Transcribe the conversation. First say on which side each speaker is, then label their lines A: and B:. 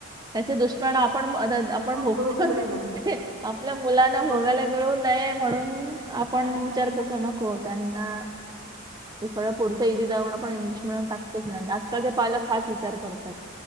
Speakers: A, on the right (about 20°); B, on the right (about 85°).
A: त्याचे दुश्मन परिणाम आपण आपण
B: अ,
A: भोगतोय
B: बघतोय ना.
A: आपल्या मुलां ना भोगायला
B: बघतोय.
A: मिळू नये, म्हणून आपण
B: हां
A: विचार
B: ना.
A: करतो नको त्यांना
B: <inaudible>
A: ते सगळं पुढचं इझी जावं, आपण इंग्लिश मिडियम टाकतेच <unintelligible> आजकालचे पालक फार विचार करतात.